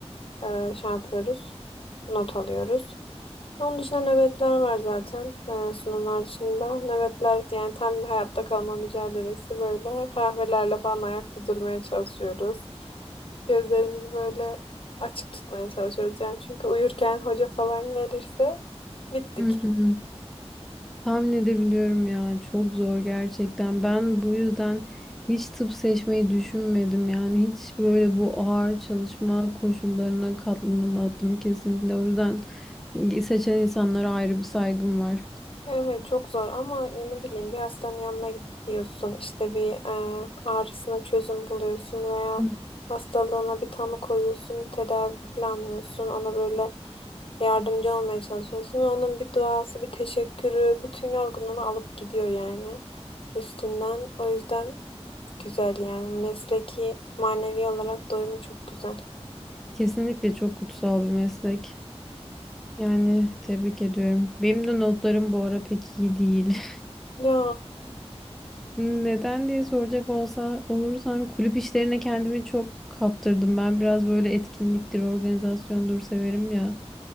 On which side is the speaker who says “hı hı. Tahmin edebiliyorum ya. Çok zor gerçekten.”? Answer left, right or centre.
Centre